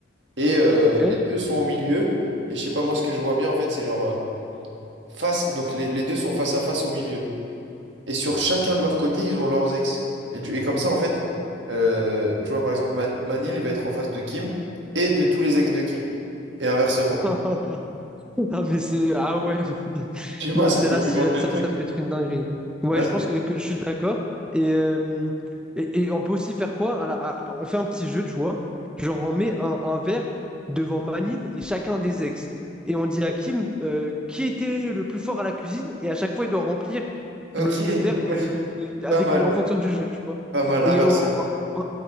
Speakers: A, on the right (about 70°); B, in the centre.
A: Et euh,
B: Ok.
A: les deux sont au milieu. Et je sais pas, moi ce que je vois bien en fait, c'est genre euh, face. Donc les, les deux sont face à face au milieu. Et sur chacun de leur côté, ils ont leurs ex. Et, du- et comme ça, en fait, euh, tu vois, par exemple, Man- Manil, il va être en face de Kim et de tous les ex de Kim. Et inversement.
B: <laughs> Ah, mais c'est. Ah ouais. <laughs>
A: Je sais pas,
B: Non,
A: ça
B: celle-là,
A: Ça peut pimenter
B: c'est- celle-là,
A: le truc.
B: ça peut être une dinguerie. Ouais,
A: Ouais,
B: je
A: ça-
B: pense que, que je suis d'accord. Et, euh, et, et on peut aussi faire quoi? Voilà, À la- à- on fait un petit jeu, tu vois. Genre, on met un, un verre devant Manil et chacun des ex. Et on dit à Kim euh, qui était le plus fort à la cuisine. Et à chaque fois, il doit remplir
A: Ok,
B: le, le verre
A: ouais,
B: de, de- avec
A: pas mal,
B: le, en fonction du jeu, tu vois.
A: pas mal,
B: Et
A: inversement.
B: on, on- on-